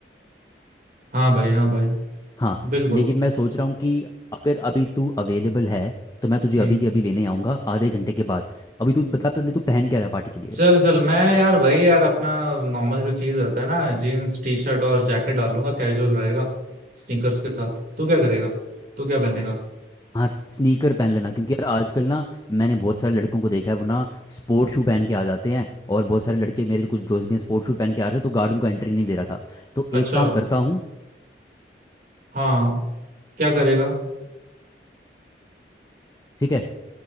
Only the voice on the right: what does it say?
हाँ भाई हाँ भाई
बिल्कुल
हम्म
चल चल मैं यार वही यार अपना नॉर्मल जो चीज रहता है ना जीन्स टी शर्ट और जैकेट डाल लूंगा कैजुअल रहेगा स्नीकर्स के साथ तू क्या करेगा तू क्या पहनेगा
अच्छा
हाँ क्या करेगा